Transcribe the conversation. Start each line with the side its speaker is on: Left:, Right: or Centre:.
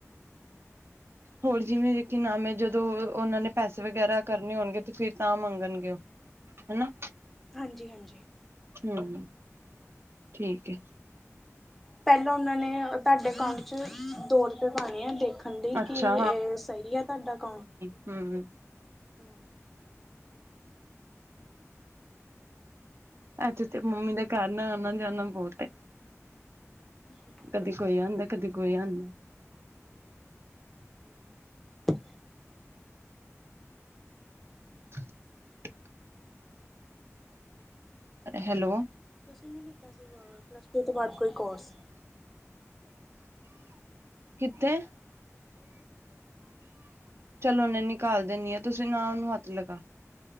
Centre: <inaudible>
Right: ਹੋਰ ਜਿਵੇਂ ਕਿ ਨਾਮ ਏ ਜਦੋਂ ਓ ਓਨਾਂ ਨੇ ਪੈਸੇ ਵਗੈਰਾ ਕਰਨੇ ਹੋਣਗੇ ਤੇ ਫੇਰ ਤਾਂ ਮੰਗਣਗੇ ਓ। ਹਣਾ।
Centre: ਹਾਂਜੀ-ਹਾਂਜੀ।
Right: ਹੁ-ਹੁ ਠੀਕ ਐ।
Centre: ਪੈਲਾਂ ਓਨਾਂ ਨੇ ਤਾਡੇ ਕਾਊਟ ਚ ਦੋ ਰਪਏ ਪਾਣੇ ਆ ਦੇਖ ਹਾਡੀ
Right: ਅੱਛਾ
Centre: ਕੀ ਏ, ਸਹੀ ਐ ਤਾਡਾ ਕੱਊ।
Right: ਹੁ-ਹੁ।
Centre: <inaudible>
Right: ੲੈਥੇ ਤੇ ਮੰਮੀ ਦੇ ਘੱਰ ਨਾ ਆਣਾ-ਜਾਣਾ ਬੋਤ ਐ।
Centre: <unintelligible>
Right: ਕਦੀ ਕੋਈ ਆਦਾ, ਕਦੀ ਕੋਈ ਆਦਾ।
Centre: <inaudible>
Right: <inaudible> ਹੈਲੋ।
Centre: ਤੁਸੀਂ ਨੀ ਕੀਤਾ ਸੀ ਗਾ ਪਲੱਸ ਟੂ ਤੋਂ ਬਾਅਦ ਕੋਈ ਕੋਰਸ?
Right: ਕਿਥੇ। ਚਲੋ, ਨਿੰਨੀ ਕੱਰ ਦਿੰਣੀ ਆਂ, ਤੁਸੀਂ ਨਾ ਉਨੂੰ ਹੱਥ ਲਗਾ।